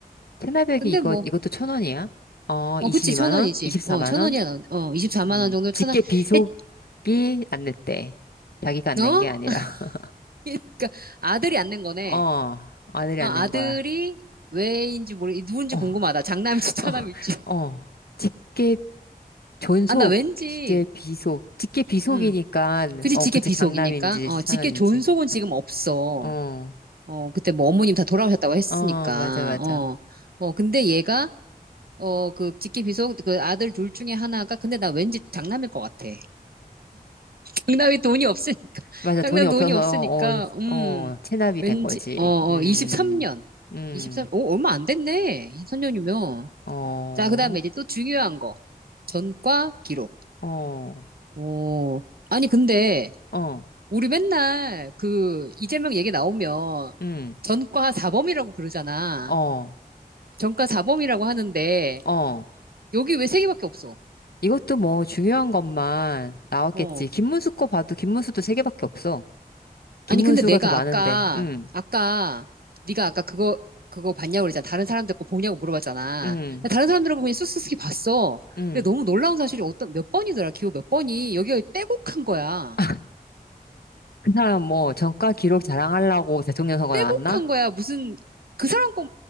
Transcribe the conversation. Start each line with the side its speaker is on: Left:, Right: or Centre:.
Left: 테나백이
Right: 근데
Left: 이거,
Right: 뭐
Left: 이것도 천 원이야? 어,
Right: 어,
Left: 22만
Right: 그치, 천
Left: 원?
Right: 원이지.
Left: 24만
Right: 어, 천
Left: 원?
Right: 원이야. 어, 24만
Left: 음,
Right: 원 정도
Left: 직계
Right: 천원
Left: 비속이
Right: 했,
Left: 안 냈대. 자기가 안
Right: 어?
Left: 낸 게 아니라. <laughs>
Right: <laughs> 그러니까 아들이 안 낸 거네.
Left: 어, 아들이
Right: 아,
Left: 안 낸
Right: 아들이
Left: 거야.
Right: 왜인지 모르, 누군지
Left: 어,
Right: 궁금하다. 장남일지 차남일지.
Left: 어, 어. 직계 존속,
Right: 아, 나 왠지,
Left: 직계 비속. 직계 비속이니까,
Right: 음. 그치,
Left: 어,
Right: 직계
Left: 그치,
Right: 비속이니까.
Left: 장남인지,
Right: 어,
Left: 차남인지.
Right: 직계 존속은 지금 없어.
Left: 어,
Right: 어, 그때 뭐 어머님 다 돌아오셨다고 했으니까.
Left: 어, 맞아, 맞아.
Right: 어, 어, 근데 얘가, 어, 그 직계 비속, 그 아들 둘 중에 하나가, 근데 나 왠지 장남일 것 같아. <laughs> 장남이 돈이 없으니까. <laughs>
Left: 맞아,
Right: 장남
Left: 돈이 없어서,
Right: 돈이 없으니까, 음,
Left: 어, 어, 체납이
Right: 왠지,
Left: 된 거지.
Right: 어, 어,
Left: 음,
Right: 23년.
Left: 음,
Right: 23, 오, 얼마 안 됐네. 23년이면.
Left: 어,
Right: 자, 그 다음에 이제 또 중요한 거. 전과 기록.
Left: 어,
Right: 오, 아니, 근데,
Left: 어,
Right: 우리 맨날 그 이재명 얘기 나오면
Left: 음,
Right: 전과 사범이라고 그러잖아.
Left: 어,
Right: 전과 사범이라고 하는데
Left: 어.
Right: 여기 왜 세 개밖에 없어?
Left: 이것도 뭐 중요한 것만 나왔겠지.
Right: 어.
Left: 김문수 거 봐도 김문수도 세 개밖에 없어. 김문수가
Right: 아니 근데 내가
Left: 더 많은데,
Right: 아까
Left: 응,
Right: 아까 네가 아까 그거 그거 봤냐고 그랬잖아. 다른 사람들 거 보냐고 물어봤잖아.
Left: 응,
Right: 근데 다른 사람들하고 그냥 쑥쑥히 봤어.
Left: 응.
Right: 근데 너무 놀라운 사실이 어떤 몇 번이더라. 기호 몇 번이 여기가 빼곡한 거야.
Left: 아, 그 사람 뭐 전과 기록 자랑하려고 대통령 선거
Right: 빼곡한
Left: 나왔나?
Right: 거야. 무슨 그 사람 거